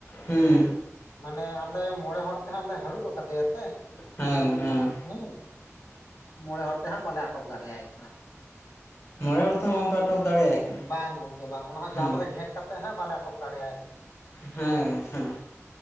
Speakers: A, on the left (about 55°); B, on the left (about 85°).
A: ᱦᱩᱸ
B: ᱢᱟᱱᱮ ᱟᱞᱮ ᱢᱚᱬᱮᱸ ᱦᱚᱲᱼᱼ ᱛᱮᱦᱟᱸ ᱞᱮ ᱦᱟᱹᱨᱩᱵ ᱟᱠᱟᱫᱮᱭᱟ ᱥᱮ
A: ᱦᱮ ᱜᱚᱝᱠᱮ ᱦᱮ
B: ᱦᱮᱸ ᱢᱚᱬᱮᱸ ᱦᱚᱲ ᱛᱮᱦᱟᱸᱟᱜ ᱵᱟᱞᱮ ᱟᱴᱚᱠ ᱫᱟᱲᱮᱭᱟᱭ ᱠᱟᱱᱟ᱾
A: ᱢᱚᱬᱮ ᱛᱮᱦᱚᱸ ᱵᱟᱝᱞᱮ ᱟᱴᱚᱠ ᱫᱟᱟᱲᱮᱭᱟᱭ ᱠᱟᱱᱟ᱾
B: ᱵᱟᱝ ᱜᱚᱢᱠᱮ ᱵᱟᱝ ᱚᱱᱟ ᱦᱚᱸ
A: ᱦᱮᱸ
B: ᱡᱟᱞ ᱨᱮ ᱜᱷᱮᱫ ᱠᱟᱛᱮ ᱦᱟᱸᱜ ᱵᱟᱞᱮ ᱟᱴᱚᱠ ᱫᱟᱲᱮᱭᱟᱭ ᱠᱟᱱᱟ᱾
A: ᱦᱮᱸᱼᱼ ᱦᱮᱸ